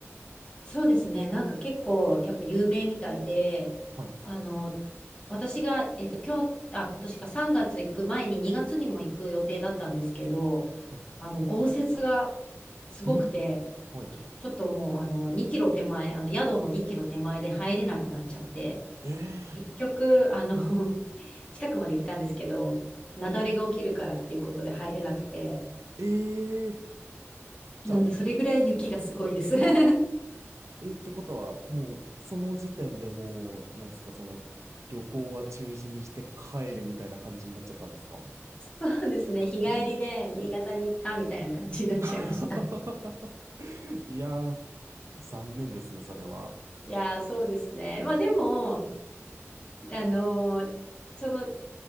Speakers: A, on the left; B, on the right.
A: そうですね。なんか結構、やっぱ有名みたいで、
B: はい、
A: あの、私が、えっと、今日、あ、今年か3月行く前に2月にも行く予定だったんですけど、
B: はい。
A: あの、豪雪がすごくて、
B: うん。はい。
A: ちょっともう、あの、2キロ手前、あの、宿の2キロ手前で入れなくなっちゃって、
B: ええ
A: 結局、あの、<laughs> 近くまで行ったんですけど、雪崩が起きるからっていうことで入れなくて、
B: ええ
A: なんで、
B: じゃあ、
A: それぐらい雪がすごいです。<laughs>
B: えー、ってことは、もう、その時点でもう、なんですか、その、旅行は中止にして帰るみたいな感じになっちゃったんですか
A: そうですね、日帰りで新潟に行ったみたいな感じになっちゃいました。
B: えー <laughs> いやー、残念ですね、それは。
A: いやー、そうですね。まあでも、であのー、その、